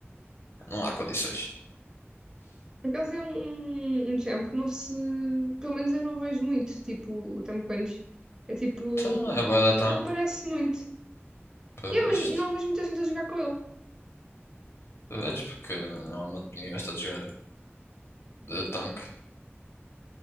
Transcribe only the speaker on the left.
Não há condições.
Então é bué da tanque
para
isto.
Vês? Porque normalmente ninguém gosta de jogar de tanque.